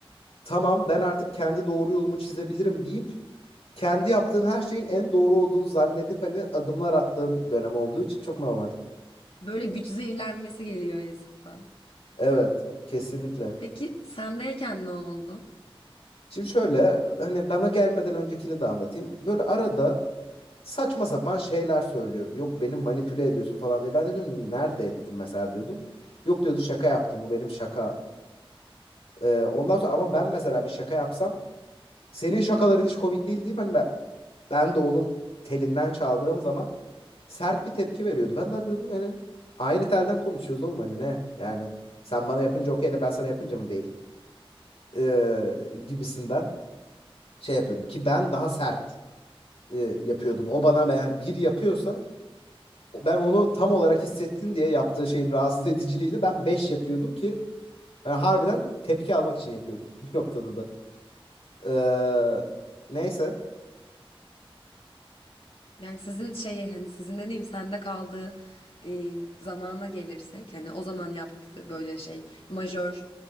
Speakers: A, on the left (about 90°); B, on the left (about 70°).
A: tamam ben artık kendi doğru yolumu çizebilirim deyip kendi yaptığın her şeyin en doğru olduğunu zannedip hani adımlar attığın dönem olduğu için çok normal.
B: Böyle güç zehirlenmesi geliyor insana.
A: Evet, kesinlikle.
B: Peki sendeyken ne oldu?
A: Şimdi şöyle hani bana gelmeden öncekini de anlatayım. Böyle arada saçma sapan şeyler söylüyordu. Yok beni manipüle ediyorsun falan diye. Ben de dedim nerede ettim mesela diyordum. Yok diyordu şaka yaptım bu benim şaka. Ee, ondan sonra ama ben mesela bir şaka yapsam Senin şakaların hiç komik değil deyip hani ben, ben de onun telinden çaldığım zaman sert bir tepki veriyordu. Ben de diyordum hani aynı telden konuşuyoruz oğlum hani ne? Yani sen bana yapınca okey de ben sana yapınca mı değil? Ee, gibisinden şey yapıyordum ki ben daha sert e, yapıyordum. O bana ben yani bir yapıyorsa o- ben onu tam olarak hissettin diye yaptığı şeyin rahatsız ediciliğini ben beş yapıyordum ki yani harbiden tepki almak için yapıyordum <laughs> bir noktada da. Ee, neyse.
B: Yani sizin şeyi hani sizin dediğim sende kaldığı e, zamana gelirsek hani o zaman yaptığı böyle şey majör